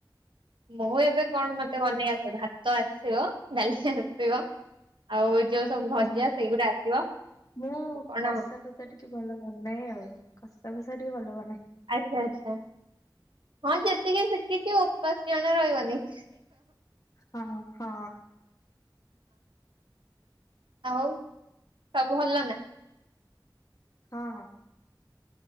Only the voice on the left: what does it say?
ହୁଁ
ମୁଁ
କଷା ଫସା ଟିକେ ଭଲ ଲାଗୁ ନିହିଁ ଆଉ। ତମ ସାର ଟିକ ଭଲବନାଏ।
ହଁ ହଁ।
ହଁ।